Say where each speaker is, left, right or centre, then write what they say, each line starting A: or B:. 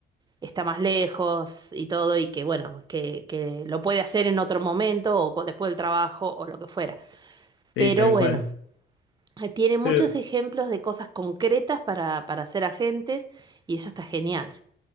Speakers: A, on the right; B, on the left.
A: está más lejos y todo, y que bueno, que, que lo puede hacer en otro momento o co- después del trabajo o lo que fuera. Pero
B: sí, tal
A: bueno,
B: cual.
A: eh, tiene muchos
B: Pero
A: ejemplos de cosas concretas para, para ser agentes y eso está genial.